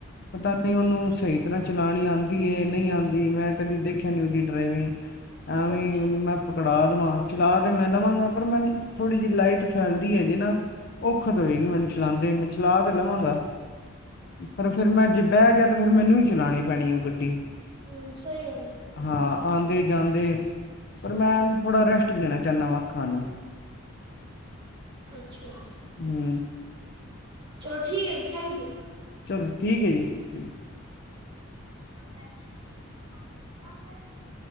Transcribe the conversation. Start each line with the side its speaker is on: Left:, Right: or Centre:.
Left: ਪਤਾ ਨਹੀਂ ਉਹਨੂੰ ਸਹੀ ਤਰ੍ਹਾਂ ਚਲਾਣੀ ਆਨ ਨਹੀਂ ਆਂਦੀ ਮੈਂ ਕਦੀ ਦੇਖਿਆ ਨੀ ਉਹਦੀ ਡਰਾਵਿੰਗ ਐਵੇਂ
Right: ਅੱਛਾ
Left: ਉਹਨੂੰ ਮੈਂ ਪਕੜਾ ਦੇਵਾਂ ਚਲਾ ਤਾਂ ਮੈਂ ਦਵਾਂਗਾ ਪਰ ਮੈਨੂੰ ਥੋੜ੍ਹੀ ਜਿਹੀ ਲਾਈਟ ਫੈਲਦੀ ਹੈ ਜੀ ਨਾ
Right: <inaudible>
Left: <unintelligible> ਚਲਾਉਦੇ ਮੈਂ ਚਲਾ ਤੇ ਲਵਾਂਗਾ ਪਰ ਫੇਰ ਮੈਂ ਜੇ ਬਹਿ ਗਿਆ ਤੇ ਫੇਰ ਮੈਨੂੰ ਚਲਾਉਣੀ ਪੈਣੀ ਉਹ ਗੱਡੀ
Right: ਹਮ ਸਹੀ ਗੱਲ ਆ
Left: ਹਾਂ ਆਉਂਦੇ ਜਾਂਦੇ ਪਰ
Right: ਹਮ
Left: ਮੈਂ ਥੋੜ੍ਹਾ ਰੈਸਟ ਦੇਣਾ ਚਾਹੁੰਦਾ ਵਾਂ ਅੱਖਾਂ ਨੂੰ
Right: ਅੱਛਾ
Left: ਹਮ
Right: ਚਲੋ ਠੀਕ ਹੈ ਜੀ ਥੈਂਕ ਯੂ
Left: ਚਲੋ ਠੀਕ ਹੈ ਜੀ
Right: ਬੈਠੇ ਮੰਮਾ ਅਕੇਲੇ ਕੰਮ ਕਰ ਰਹੀ ਹੈ।